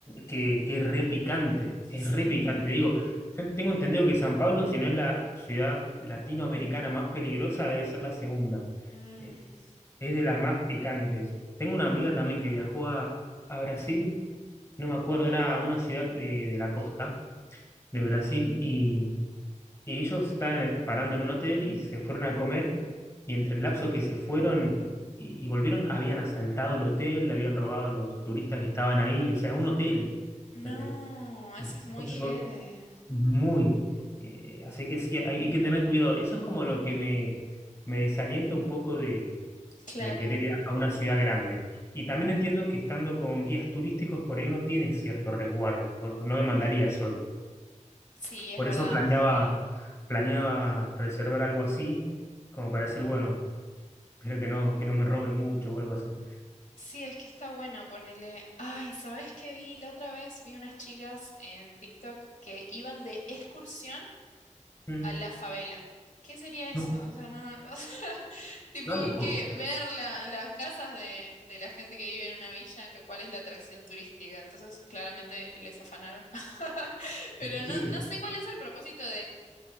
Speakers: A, on the left; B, on the left.
A: que, que es re picante, es
B: Sí.
A: re picante. Digo, yo tengo entendido que San Pablo, si no es la ciudad latinoamericana más peligrosa, debe ser la segunda.
B: Mm,
A: Eh, es de las más picantes. Tengo una amiga también que viajó a, a Brasil, no me acuerdo, era una ciudad de, de la costa de Brasil y y ellos estaban eh, parando en un hotel y se fueron a comer. Y entre el lapso que se fueron y, y volvieron, habían asaltado el hotel, le habían robado a los turistas que estaban ahí. O sea, un hotel.
B: No,
A: O sea, te-
B: eso es muy
A: cosa
B: jede.
A: que vos- muy. eh, así que sí, hay, hay que tener cuidado. Eso es como lo que me, me desalienta un poco de,
B: Claro,
A: de querer ir a una ciudad grande. Y también entiendo que estando con guías turísticos, por ahí uno tiene cierto resguardo. por- no me mandaría solo.
B: sí, es
A: Por
B: verdad.
A: eso planeaba, planeaba reservar algo así, como para decir, bueno, espero que no, que no me roben mucho o algo así.
B: Sí, es que está bueno ponerle. Ay, ¿sabes qué vi? La otra vez vi unas chicas en TikTok que iban de excursión
A: Mm,
B: a la favela. ¿Qué sería eso?
A: No,
B: O sea, no, no- <laughs> o sea, tipo,
A: no hay excursión.
B: ¿qué? Ver la- las casas de, de la gente que vive en una villa, que- ¿cuál es la atracción turística? Entonces, claramente les afanaron. <laughs> Pero
A: Sí,
B: no, no sé cuál es el propósito